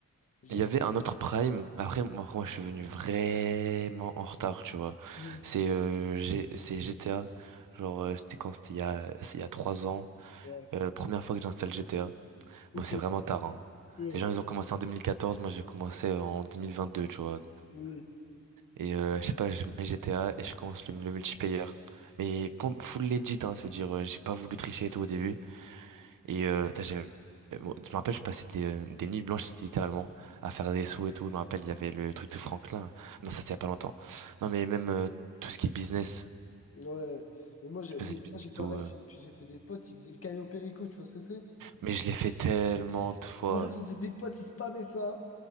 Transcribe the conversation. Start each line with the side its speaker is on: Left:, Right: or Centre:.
Left: J'ai
Right: il y avait
Left: fait...
Right: un autre Prime. Après, moi, moi, je suis venu vraiment en retard, tu vois.
Left: Mm.
Right: C'est euh, G- c'est GTA. Genre, euh, c'était quand? C'était il y a, c'est il y a trois ans.
Left: Ouais.
Right: Euh, première fois que j'installe GTA.
Left: Ok.
Right: Bon, c'est vraiment tard, hein.
Left: Ouais.
Right: Les gens, ils ont commencé en deux mille quatorze moi j'ai commencé en deux mille vingt deux tu vois.
Left: Oui.
Right: Et euh, je sais pas, je mets GTA et je commence le, le multiplayer. Mais com- full legit, hein, ça veut dire euh, j'ai pas voulu tricher et tout au début. Et euh, putain, j'ai- euh, bon, je me rappelle, je passais des, euh, des nuits blanches littéralement à faire des sous et tout. Je me rappelle, il y avait le truc de Franklin. Non, ça c'est il y a pas longtemps. Non, mais même euh, tout ce qui est business,
Left: Ouais. Mais moi, j'ai
Right: je faisais
Left: mais moi,
Right: du business
Left: j'ai
Right: et
Left: pareil,
Right: tout. euh.
Left: j'ai j'ai fait des potes, ils faisaient le Caio Perico, tu vois ce que c'est?
Right: Mais je l'ai fait tellement de fois.
Left: Voilà, j'ai des potes, ils spammaient ça.